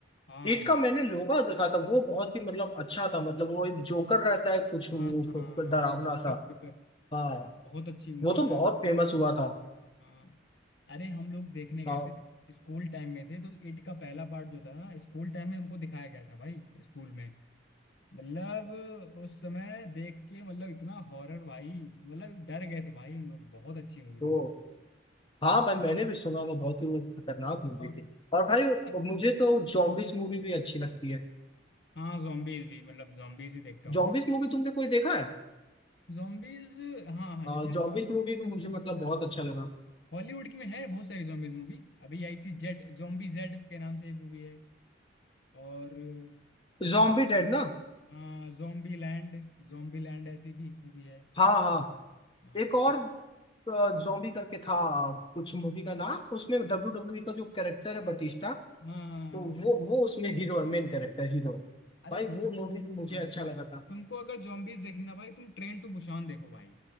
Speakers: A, on the left (about 60°); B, on the left (about 25°).
A: हाँ
B: ईट का मैंने लोगा देखा था वो बहुत ही मतलब अच्छा था मतलब वो एक जोकर रहता है कुछ वो-
A: हाँ हाँ
B: वो
A: हाँ
B: डरावना
A: हाँ।
B: सा
A: कर, कर, कर।
B: हाँ
A: बहुत अच्छी मूवी
B: वो तो
A: यार
B: बहुत फेमस हुआ था
A: हाँ अरे हम लोग देखने गए
B: हाँ
A: थे स्कूल टाइम में थे तो इट का पहला पार्ट जो था ना स्कूल टाइम में हमको दिखाया गया था भाई स्कूल में मतलब उस समय देख के मतलब इतना हॉरर भाई मतलब डर गए थे भाई हम लोग बहुत अच्छी मूवी
B: तो
A: थी यार
B: हाँ भाई मैंने भी सुना था बहुत ही वो खतरनाक मूवी
A: और
B: थी और भाई
A: It का-
B: मुझे तो जॉम्बिस मूवी भी अच्छी लगती है
A: हाँ जॉम्बीज भी मतलब जॉम्बीज भी देखता हूँ
B: जॉम्बिस
A: मैं
B: मूवी तुमने कोई देखा है
A: zombies हाँ हाँ
B: हाँ
A: जैसे
B: जॉम्बिस मूवी भी मुझे मतलब बहुत अच्छा लगा
A: हॉलीवुड की में है बहुत सारी zombies मूवी अभी आई थी जेड zombie जेड के नाम से एक मूवी है और
B: जॉम्बी
A: जो,
B: डेड ना
A: हाँ zombie लैंड zombie लैंड ऐसी भी एक मूवी है
B: हाँ हाँ
A: हाँ
B: एक और
A: तो-
B: जॉम्बी करके था कुछ मूवी का नाम उसमें डब्ल्यू डब्ल्यू का जो कैरेक्टर है बटिस्टा
A: हाँ
B: तो वो वो उसमें हीरो है मेन कैरेक्टर हीरो है
A: अरे
B: भाई
A: तुमको
B: वो मूवी भी मुझे
A: हाँ
B: अच्छा लगा था
A: तुमको अगर zombies देखना भाई तुम ट्रेन टू बुसान देखो भाई